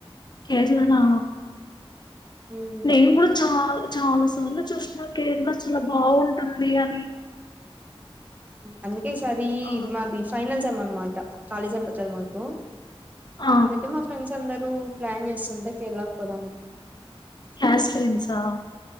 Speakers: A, on the left; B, on the right.
A: కేరళ నా
B: ఉమ్
A: నేను కూడా చాలా చాలా సార్లు చూసిన కేరళ చాలా బాగుంటుంది అని
B: అందుకే సారీ
A: ఆ
B: మాది ఫైనల్ సేమ్ అన్నమాట కాలేజ్ అయిపోతది మాకు
A: ఆ
B: అందుకే మా ఫ్రెండ్స్ అందరూ ప్లాన్ చేస్తుంటే కేరళకు పోదాం అ
A: కస్ ప్రెన్సా